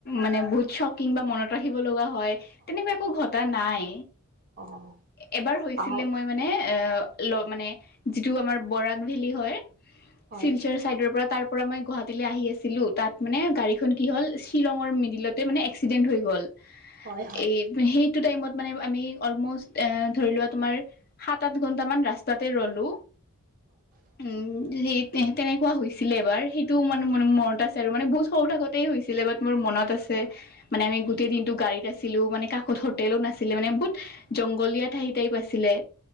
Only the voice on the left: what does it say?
মানে বহুত চকিং বা মনত ৰাখিব লগা হয় তেনেকুৱা একো ঘটা নাই
এবাৰ হৈছিলে
মই মানে এ ল মানে যিটো আমাৰ বৰাগ ভেলী হয়।
শ্বিলচৰ চাইডৰ পৰা তাৰ পৰা মই গুৱাহাটীলৈ আহি আছিলো তাত মানে গাড়ীখন কি হ'ল শ্বিলঙৰ মিডিলতে মানে এক্সিডেণ্ট হৈ গ'ল।
এই সেইটো টাইমত মানে আমি অলম'ষ্ট এ ধৰি লোৱা তোমাৰ সাত আঠ ঘন্টামান ৰাস্তাতে ৰলো।
উম সেই তেনেকুৱা হৈছিলে এবাৰ সেইটোও মান মন মন ম মনত আছে আৰু মানে বহুত সৰু থাকোতেই হৈছিলে বাত মোৰ মনত আছ- হে মানে আমি গোটেই দিনতটো গাড়ীত আছ- লো মানে কাষত হোটেলো নাছিলে মানে বহুত জংলীয়া ঠাই টাইপ আছিলে।